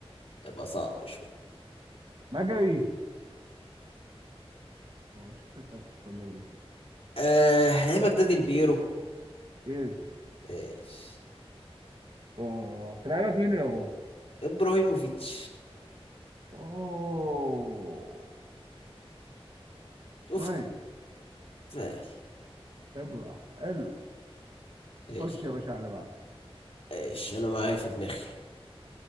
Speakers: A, on the left; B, on the right.
A: تبقى صعب شوية
B: مجري هو شكلي سألت السؤال ده قبل كده
A: آه لعيبة جداد البيرو
B: يس
A: ايش
B: اه تلعبك مين يا بابا
A: ابراهيموفيتش
B: اوه
A: شفت
B: نايس
A: سهل
B: ابرع حلو
A: ايش
B: خش يا باشا على اللي بعده
A: ايش انا معايا في دماغي